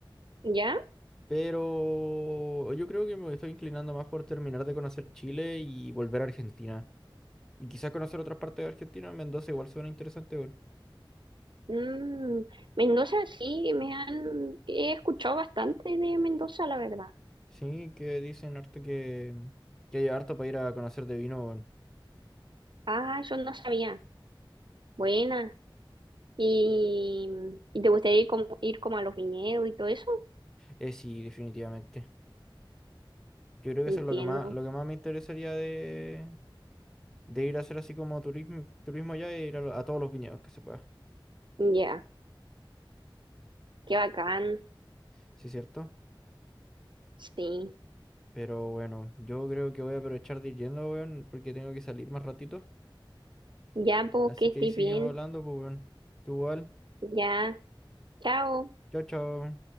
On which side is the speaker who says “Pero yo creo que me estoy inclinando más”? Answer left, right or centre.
Centre